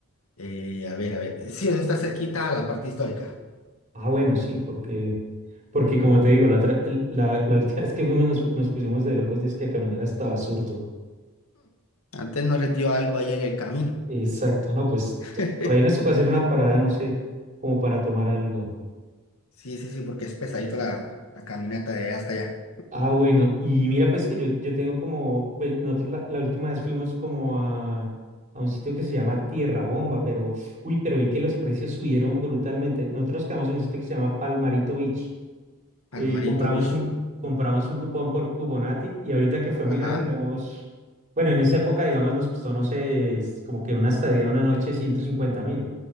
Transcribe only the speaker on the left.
Eh, a ver, a ver. Sí, eso está cerquita a la parte histórica.
Antes no les dio algo ahí en el camino.
<laughs>
Sí, sí, sí, porque es pesadito la, la caminata de hasta allá.
Palmarito
Beach.
Ajá,